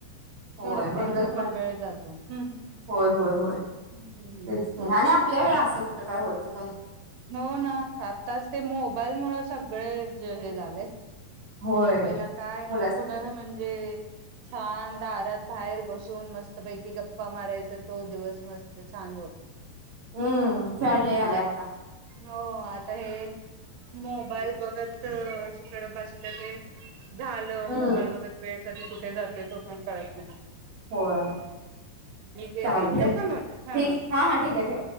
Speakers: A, on the right; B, on the right.
A: होय
B: तेवढाच
A: म्हणूनच
B: त्यांचा
A: म्हट
B: पण वेळ जातो ह्म्म
A: होय होय होय तेच की
B: हो ना
A: आणि आपल्या वेळा असं कुठं काय होतं काय?
B: हो ना आताच ते मोबाईलमुळे सगळे जे हे झालयं
A: होय
B: पहिला काय
A: मुलाच
B: कोण कुणाला म्हणजे -.? छान दारात बाहेर बसून मस्तपैकी गप्पा मारायचा तो दिवस मस्त छान
A: हम्म फॅड लय
B: हा
A: आलय आत्ता
B: हो आता हे मोबाईल बघितलं तिकडं बसलं ते झालं
A: हम्म
B: मोबाईल बगत वेळ कधी कुठे जातोय तो पण कळत नाही
A: होय
B: ठीक आहेे
A: चालतय
B: ताई ठेवू का मग हां
A: ठीक हा हा ठीक आहे ठेवा